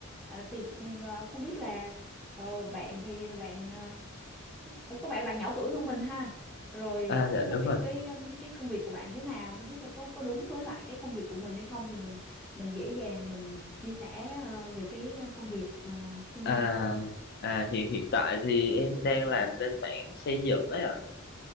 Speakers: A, in the centre; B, on the left.
A: À, thì ừ, ờ, không biết là ờ, bạn thì bạn ờ, <laughs> có vẻ bạn nhỏ tuổi hơn mình ha rồi
B: à
A: không
B: dạ
A: biết là
B: đúng
A: cái
B: rồi
A: cái um, cái công việc của bạn thế nào không biết là có có đúng với lại cái công việc của mình hay không thì mình mình dễ dàng mình chia sẻ ờ, về cái ờ, công việc ờ, xung
B: à
A: quanh
B: à hiện hiện tại thì em đang làm bên mảng xây dựng ấy ạ